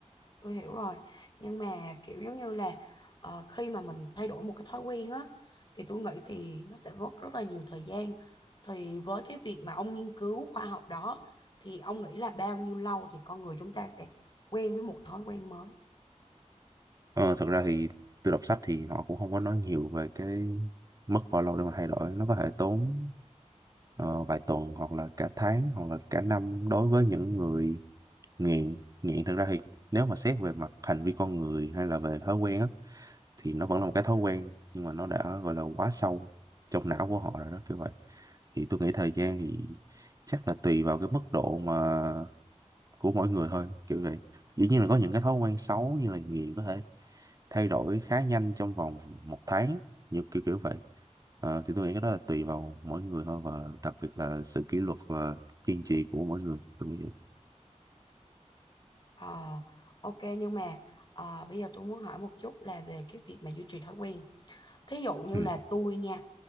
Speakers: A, on the left; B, on the right.
A: tôi hiểu rồi. Nhưng mà kiểu giống như là ờ, khi mà mình thay đổi một cái thói quen á thì tôi nghĩ thì nó sẽ mất rất là nhiều thời gian. Thì với cái việc mà ông nghiên cứu khoa học đó thì ông nghĩ là bao nhiêu lâu thì con người chúng ta sẽ quen với một thói quen mới?
B: Ờ, thật ra thì tôi đọc sách thì họ cũng không có nói nhiều về cái mất bao lâu để mà thay đổi. Nó có thể tốn ờ, vài tuần hoặc là cả tháng hoặc là cả năm đối với những người nghiện. Nghiện thật ra thì nếu mà xét về mặt hành vi con người hay là về thói quen á, thì nó vẫn là một cái thói quen nhưng mà nó đã gọi là quá sâu trong não của họ rồi đó kiểu vậy. Thì tôi nghĩ thời gian thì chắc là tùy vào cái mức độ mà của mỗi người thôi kiểu vậy dĩ nhiên là có những cái thói quen xấu như là nghiện có thể thay đổi khá nhanh trong vòng một tháng như kiểu kiểu vậy Ờ, thì tôi nghĩ cái đó là tùy vào mỗi người thôi và đặc biệt là sự kỷ luật và kiên trì của mỗi người tôi nghĩ vậy
A: Ờ, ok nhưng mà ờ, bây giờ tôi muốn hỏi một chút là về cái việc mà duy trì thói quen. Thí dụ như
B: ừ
A: là tôi nha,